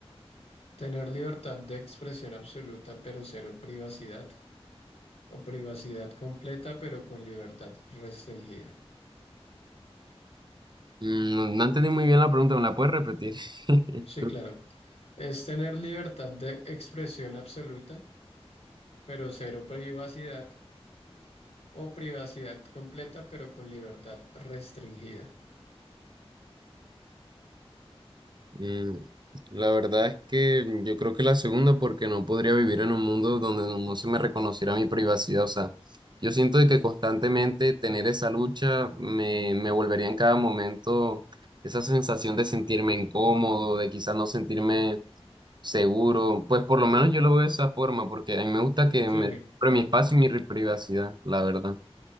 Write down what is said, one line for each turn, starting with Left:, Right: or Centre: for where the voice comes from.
Left: ¿Tener libertad de expresión absoluta pero cero privacidad? ¿O privacidad completa pero con libertad restringida?
Right: Mm, No, no entendí muy bien la pregunta, ¿me la puedes repetir? <laughs>
Left: Sí, claro. Es tener libertad de expresión absoluta pero cero privacidad. O privacidad completa, pero con libertad restringida.
Right: Mm, La verdad es que yo creo que la segunda, porque no podría vivir en un mundo donde no no se me reconociera mi privacidad. O sea, yo siento de que constantemente tener esa lucha me, me volvería en cada momento esa sensación de sentirme incómodo, de quizás no sentirme seguro. Pues por lo menos yo lo veo de esa forma, porque a mí me gusta que
Left: Sí,
Right: me... Pero mi espacio y mi privacidad, la verdad.